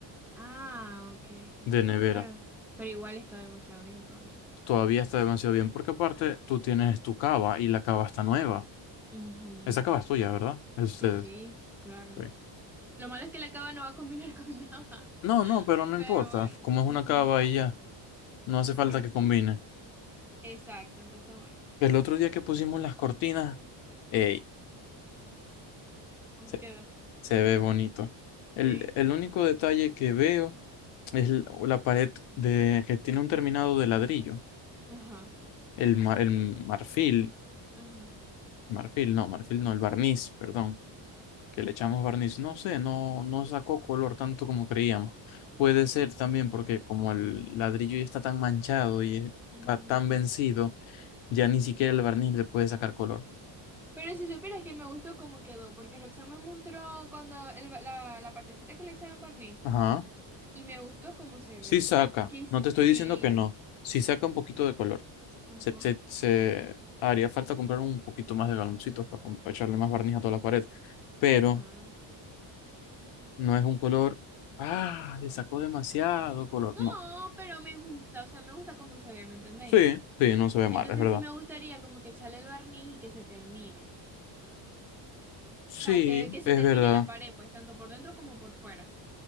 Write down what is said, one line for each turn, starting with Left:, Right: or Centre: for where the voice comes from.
Centre: ah, ok.
Left: de nevera.
Centre: Pero, pero igual está demasiado bien todavía.
Left: Todavía está demasiado bien porque aparte tú tienes tu cava y la cava está nueva.
Centre: Ujú.
Left: Esa cava es tuya, ¿verdad? Es de
Centre: Sí, sí,
Left: ustedes.
Centre: claro.
Left: Sí.
Centre: Lo malo es que la cava no va a combinar con <laughs> nada.
Left: No, no, pero no
Centre: Pero
Left: importa.
Centre: bueno,
Left: Como es
Centre: ajá.
Left: una cava y ya, no hace falta
Centre: Esa.
Left: que combine.
Centre: Exacto, entonces bueno.
Left: El otro día que pusimos las cortinas, ey,
Centre: ¿Cómo
Left: se,
Centre: quedó?
Left: se ve bonito. El,
Centre: ¿Sí?
Left: el único detalle que veo es l- la pared de, que tiene un terminado de ladrillo.
Centre: Ajá,
Left: El, ma- el marfil,
Centre: ajá.
Left: marfil, no, marfil no, el barniz, perdón que le echamos barniz, no sé, no, no sacó color tanto como creíamos. Puede ser también porque como el ladrillo ya está tan manchado y
Centre: ujú.
Left: está tan vencido, ya ni siquiera el barniz le puede sacar color.
Centre: Pero si supieras que me gustó cómo quedó, porque Roxanne me mostró cuando el va- la, la partecita que le echaron barniz
Left: Ajá,
Centre: y me gustó cómo se
Left: sí
Centre: ve.
Left: saca,
Centre: Quis,
Left: no te estoy
Centre: sí,
Left: diciendo que no, sí saca un poquito de color.
Centre: ajá,
Left: Se, se, se haría falta comprar un poquito más de galoncitos para, com- para echarle más barniz a toda la pared, pero
Centre: ajá.
Left: no es un color, ah, le sacó demasiado color,
Centre: No,
Left: no.
Centre: pero me gusta, o sea, me gusta cómo se ve, ¿me entendéis?
Left: Sí, sí, no se ve
Centre: Entonces
Left: mal, es verdad.
Centre: sí me gustaría como que echarle el barniz y que se termine.
Left: Sí,
Centre: O sea, que, que se
Left: es
Centre: termine
Left: verdad.
Centre: la pared, pues, tanto por dentro como por fuera.